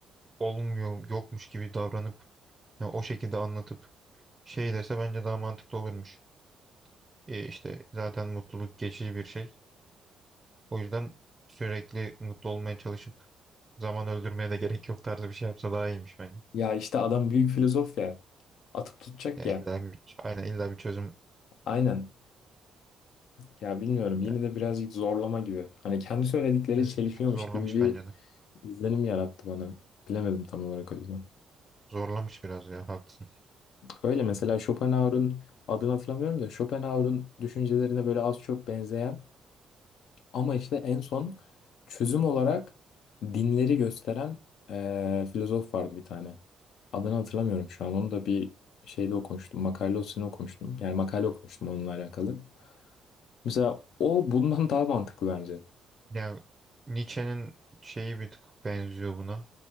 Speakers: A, on the right (about 20°); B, on the left (about 75°).
A: olmuyor yokmuş gibi davranıp ya o şekilde anlatıp şey dese bence daha mantıklı olurmuş. E işte zaten mutluluk geçici bir şey. O yüzden sürekli mutlu olmaya çalışıp zaman öldürmeye de gerek yok tarzı bir şey yapsa daha iyiymiş bence.
B: Ya işte adam büyük filozof ya. Atıp tutacak
A: Ya
B: ya.
A: illa bir, aynen illa bir çözüm
B: Aynen. Ya bilmiyorum yine
A: ya,
B: de birazcık zorlama gibi. Hani kendi söyledikleri
A: e,
B: çelişiyormuş
A: bir tık zorlamış
B: gibi bir
A: bence de.
B: izlenim yarattı bana. Bilemedim tam olarak o yüzden.
A: Zorlamış biraz ya haklısın.
B: Öyle mesela Schopenhauer'un adını hatırlamıyorum da Schopenhauer'un düşüncelerine böyle az çok benzeyen Ama işte en son çözüm olarak dinleri gösteren eee, filozof vardı bir tane. Adını hatırlamıyorum şu an. Onu da bir şeyde okumuştum. Makalesini okumuştum. Yani makale okumuştum onunla alakalı. Mesela o bundan daha mantıklı bence.
A: Ya Nietzsche'nin şeyi bir tık benziyor buna.